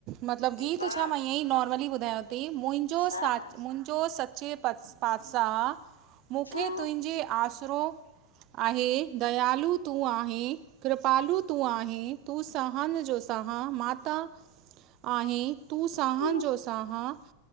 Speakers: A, on the right; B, on the left.
A: मतलब गीत
B: हा
A: छा मां ईअं ई नॉर्मली ॿुधायांव ती मुंहिंजो
B: हा
A: साथ
B: हा हा
A: जो सचे पातसाह मुखे
B: हम्म
A: तुंहिंजे आसरो आहे दयालू तू आहीं कृपालू तूं आहीं तूं स हान जो साहा माता आहें तूं सहान
B: हा हा
A: जो सहा